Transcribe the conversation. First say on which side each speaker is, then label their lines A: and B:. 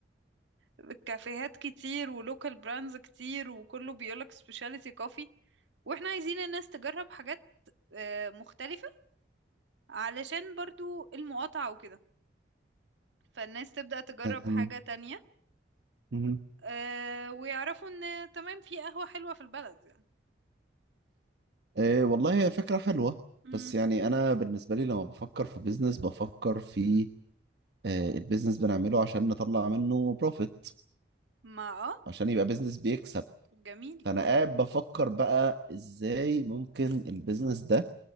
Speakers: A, on the right; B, on the right.
A: الكافيهات كتير ولوكال براندز كتير وكله بيقولك سبيشاليتي كوفي واحنا عايزين الناس تجرب حاجات آه، مختلفة علشان برضو المقاطعة وكده فالناس تبدأ تجرب حاجة
B: آم،
A: تانية
B: مهم.
A: آه، ويعرفوا ان تمام في قهوة حلوة في البلد يعني
B: آه والله هي فكره حلوه
A: مم.
B: بس يعني انا بالنسبه لي لما بفكر في بيزنس بفكر في آه البيزنس بنعمله عشان نطلع منه بروفيت
A: ما اه
B: عشان يبقى بيزنس بيكسب
A: جميل
B: فانا قاعد بفكر بقى ازاي ممكن البيزنس ده